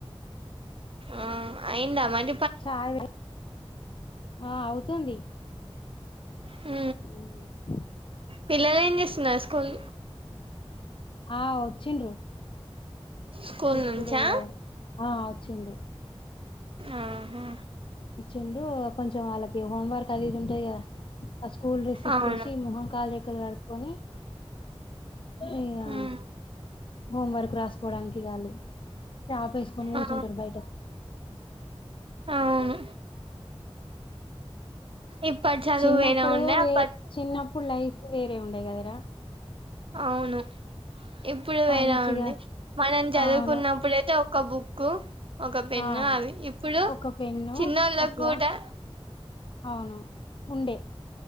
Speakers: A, on the right; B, on the left.
A: ఆ అయింద వంట
B: చాలు ఆ అవుతుంది
A: అ
B: ఉమ్
A: పిల్లలు ఏం చేస్తున్నారు స్కూల్
B: ఆ వచ్చిండ్రు
A: స్కూల్
B: ఇప్పుడు
A: నుంచా
B: ఆ వచ్చిండు
A: ఆ హా
B: వచ్చిండు కొంచెం వాళ్ళకి హోంవర్క్ అది ఇది ఉంటాయి కదా ఆ స్కూల్ డ్రెస్ ఇప్పేసి
A: అవును
B: మొహం కాలు రెక్కలు కడుక్కోని ఇహా
A: ఉమ్
B: హోం వర్క్ రాసుకోవడానికి వాళ్ళు చాప ఏసుకొని కూర్చుంటారు
A: ఆ
B: బయట
A: అవును ఇప్పటి చదువు
B: చిన్నప్పుడు
A: వేరే ఉండే
B: వేరే
A: అప్పటి
B: చిన్నప్పుడు లైఫ్ వేరే ఉండే కదరా
A: అవును ఇప్పుడు వేరె
B: మంచిగా
A: ఉంది మనం చదువుకున్నప్పుడైతె
B: అవును
A: ఒక్ ఒక బుక్ ఒక పెన్న
B: ఆ
A: అవి ఇప్పుడు
B: ఒక పెన్ను
A: చిన్నోళ్ళకి
B: అట్లా
A: కూడా
B: అవును ఉండే